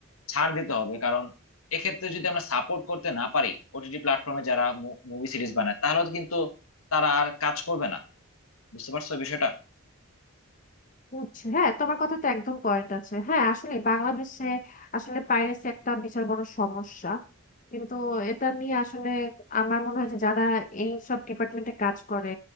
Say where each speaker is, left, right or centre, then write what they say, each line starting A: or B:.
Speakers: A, on the left (about 80°); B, on the left (about 35°).
A: ছাড় দিতে হবে কারণ এক্ষেত্রে যদি আমরা সাপোর্ট করতে না পারি ওটিটি প্ল্যাটফর্মে যারা মুভি সিরিজ বানায় তাহলে কিন্তু তারা আর কাজ করবে না বুঝতে পারছো বিষয়টা
B: বুঝছি। হ্যাঁ তোমার কথা তো একদম পয়েন্ট আছে হ্যাঁ আসলে বাংলাদেশে আসলে পাইরেসি একটা বিশাল বড় সমস্যা কিন্তু এটা নিয়ে আসলে আমার মনে হয় যে যারা এই সব ডিপার্টমেন্টে কাজ করে